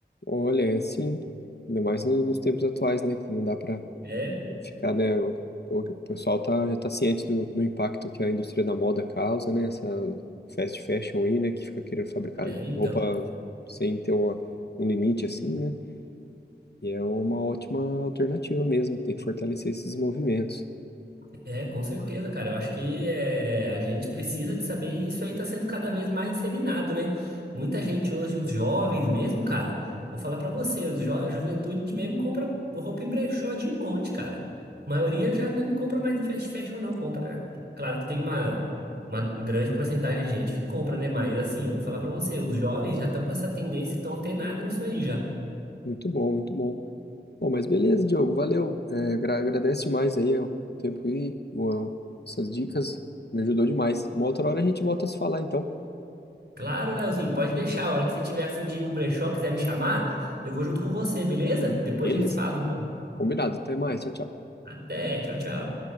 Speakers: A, on the left; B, on the right.
A: Olha, é assim, ainda mais no- nos tempos atuais, né? Que não dá para
B: É,
A: ficar, né? O, o o pessoal tá, já tá ciente do, do impacto que a indústria da moda causa, né? Essa fast fashion aí, né? Que fica querendo fabricar
B: é, então.
A: roupa sem ter uma, um limite assim, né? E é uma ótima alternativa mesmo, tem que fortalecer esses movimentos.
B: É, com certeza, cara. Eu acho que é, a gente precisa de saber e isso aí está sendo cada vez mais disseminado, né? Muita gente hoje, os jovens mesmo, cara, vou falar pra você, os jo a juventude mesmo compra roupa em brechó de monte, cara. A maioria já nem compra mais em fast fashion, não. Compra. Claro que tem uma, uma grande porcentagem de gente que compra, né? Mas assim, vou falar pra você, os jovens já estão com essa tendência, estão antenados nisso aí já.
A: Muito bom, muito bom. Bom, mas beleza, Diogo, valeu. É, agra- agradece demais aí, ó, o tempo e ó, essas dicas. Me ajudou demais. Uma outra hora a gente volta a se falar, então.
B: Claro, Leozinho, pode deixar. A hora que você tiver a fim de ir num brechó, quiser me chamar, eu vou junto com você, beleza? Depois
A: Beleza?
B: a gente se fala, então.
A: Combinado. Até mais. Tchau, tchau.
B: Até, tchau, tchau.